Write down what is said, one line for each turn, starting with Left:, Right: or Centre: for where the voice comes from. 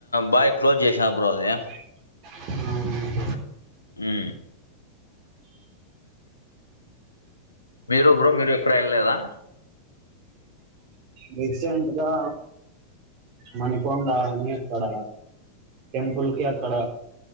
Left: బాయ్ క్లోజ్ చేసినారు బ్రో అది
Right: అవున
Left: మ్మ్ మీరు బ్రో మీరు ఎక్కడ వెళ్ళలేదా
Right: రీసెంట్గా మనకొండ అని అక్కడ టెంపుల్ కి అక్కడ